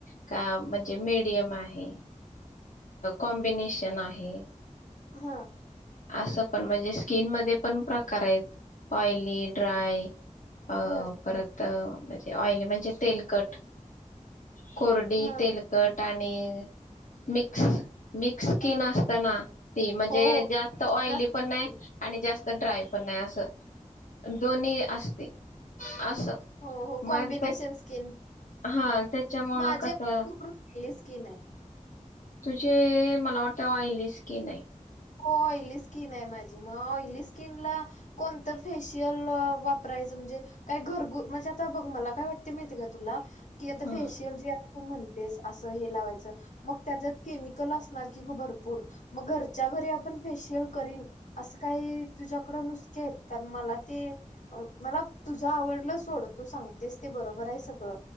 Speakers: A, on the left (about 80°); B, on the left (about 65°).
A: का म्हणजे मीडियम आहे कॉम्बिनेशन आहे
B: हा
A: असं पण म्हणजे स्किन मध्ये पण प्रकार आहेत ऑइली ड्राय अ
B: बर
A: परत म्हणजे ऑइली म्हणजे तेलकट कोरडी
B: हा
A: तेलकट आणि मिक्स मिक्स स्किन
B: हा
A: असत ना ती म्हणजे
B: हो हो
A: तर ऑयली
B: स्किन असते
A: पण
B: आपली.
A: नाही आणि जास्त ड्राय पन नाही अस दोन्ही असते असं
B: हो हो कॉम्बिनेशन
A: मग
B: स्किन
A: हा त्याच्यामुळं
B: माझी
A: कसं?
B: पूर्ण ऑईली स्कीन आहे
A: तुझी मला वाटतं ऑईली स्कीन आहे
B: हो ऑइली स्किन आहे माझी मग ऑइली स्किनला कोणतं फेशियल वापरायचं म्हणजे काय? घरगु म्हणजे आता बघ मला काय वाटते माहितीय का तुला? कि आता
A: हम्म
B: फेशियल जे तू म्हणतेस अस हे लावायच मग त्याच्यात केमिकल असणार की भरपूर मग घर च्या घरी आपण फेशियल करीन असं काही तुझ्याकड नुस्के आहेत का? मला ते मला तुझ आवडलं सोड तू सांगतेस ते बरोबर आहे सगळं